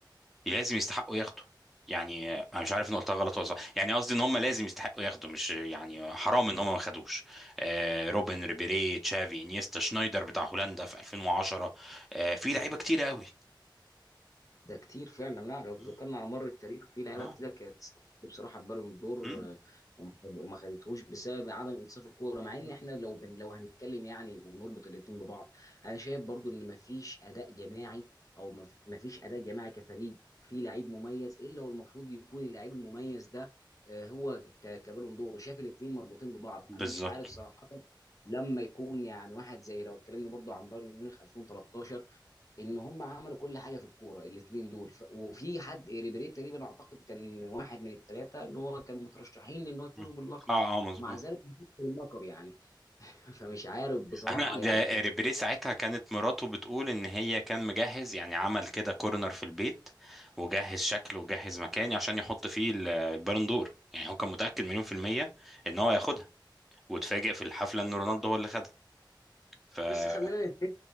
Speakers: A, in the centre; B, on the left (about 45°).
A: لازم يستحقوا ياخدوا يعني انا مش عارف ان قلتها غلط ولا صح يعني قصدي ان هم لازم يستحقوا ياخدوا مش يعني حرام ان هم ما خدوش آه روبن ريبيري تشافي انيستا شنايدر بتاع هولندا في 2010 آه في لعيبه كتير قوي
B: ده كتير فعلا لا لو ذكرنا
A: مم.
B: على مر التاريخ في لعيبه
A: اه
B: كتير كانت تستحق بصراحه بالون دور
A: مم.
B: آه، وما خد- وما خدتهوش بسبب عدم انصاف الكوره مع ان
A: مم.
B: احنا لو بن لو هنتكلم يعني ونربط الاثنين ببعض انا شايف برضو ان مفيش اداء جماعي او مف- مفيش اداء جماعي كفريق في لعيب مميز الا هو المفروض يكون اللعيب المميز ده آه، هو ك- كبالون دور وشايف الاثنين مربوطين ببعض
A: بالظبط
B: انا مش عارف صراحه لما يكون يعني واحد زي لو اتكلمنا برضو عن بايرن ميونخ 2013 ان هم عملوا كل حاجه في الكوره الاثنين دول ف... وفي حد ريبيري تقريبا اعتقد كان واحد من الثلاثه ان هو كانوا مترشحين لان هو يفوز
A: مم.
B: باللقب
A: اه اه مظبوط
B: ومع ذلك ما فازش باللقب يعني <laughs> فمش عارف بصراحه
A: احنا ده
B: يعني هو كان
A: ريبيري ساعتها كانت مراته بتقول ان هي كان مجهز يعني عمل كده كورنر في البيت وجهز شكله وجهز مكاني عشان يحط فيه ال- البالون دور يعني هو كان متأكد مليون في المية ان هو هياخدها واتفاجئ في الحفلة ان رونالدو هو اللي خدها فاكيد
B: بص خلينا نتفق